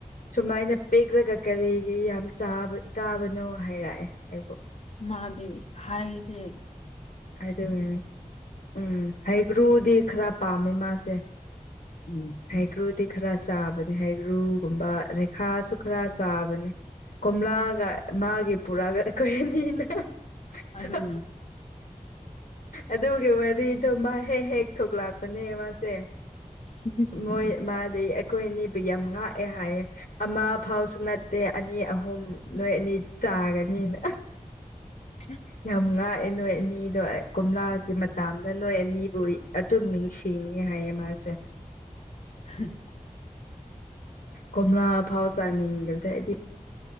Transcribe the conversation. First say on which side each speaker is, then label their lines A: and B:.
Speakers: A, on the left (about 80°); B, on the left (about 50°).
A: ꯁꯨꯃꯥꯏꯅ ꯄꯦꯛꯂꯒ ꯀꯔꯤꯒꯤ ꯌꯥꯝ ꯆꯥꯕꯅꯣ ꯍꯥꯏꯔꯛꯑꯦ ꯑꯩꯕꯨ
B: ꯃꯥꯗꯤ ꯍꯥꯏꯁꯦ
A: ꯑꯗꯨꯅꯦ ꯎꯝ ꯍꯩꯒ꯭ꯔꯨꯗꯤ ꯈꯔ ꯄꯥꯝꯃꯦ ꯃꯥꯁꯦ
B: ꯎꯝ
A: ꯍꯩꯒ꯭ꯔꯨꯗꯤ ꯈꯔ ꯆꯥꯕꯅꯤ ꯍꯩꯒ꯭ꯔꯨꯒꯨꯝꯕ ꯔꯦꯈꯥꯁꯨ ꯈꯔ ꯆꯥꯕꯅꯤ ꯀꯣꯝꯂꯥꯒ ꯃꯥꯒꯤ ꯄꯨꯔꯛꯑꯒ ꯑꯩꯈꯣꯏ ꯑꯅꯤꯅ
B: ꯑꯗꯨꯅꯦ
A: ꯆꯥꯕꯅꯦ ꯑꯗꯨꯒꯤ ꯋꯥꯔꯤꯗꯣ ꯃꯥ ꯍꯦꯛ ꯍꯦꯛ ꯊꯣꯛꯂꯛꯄꯅꯦ ꯃꯥꯁꯦ
B: <unintelligible>
A: ꯃꯣꯏ ꯃꯥꯗꯤ ꯑꯩꯈꯣꯏ ꯑꯅꯤꯕꯨ ꯌꯥꯝ ꯉꯥꯛꯑꯦ ꯍꯥꯏꯌꯦ ꯑꯃ ꯐꯥꯎꯁꯨ ꯅꯠꯇꯦ ꯑꯅꯤ ꯑꯍꯨꯝ ꯅꯣꯏ ꯑꯅꯤꯗꯤ ꯆꯥꯒꯅꯤꯅ
B: ꯎ
A: ꯌꯥꯝ ꯉꯥꯛꯑꯦ ꯅꯣꯏ ꯑꯅꯤꯗꯣ ꯀꯣꯝꯂꯥꯒꯤ ꯃꯇꯗ ꯅꯣꯏ ꯑꯅꯤꯕꯨ ꯇꯨꯝ ꯅꯤꯡꯁꯤꯡꯉꯦ ꯍꯥꯏꯌꯦ ꯃꯥꯁꯦ
B: ꯍ
A: ꯀꯣꯝꯂꯥ ꯐꯥꯎ ꯆꯥꯅꯤꯡꯗꯗ ꯍꯥꯏꯗꯤ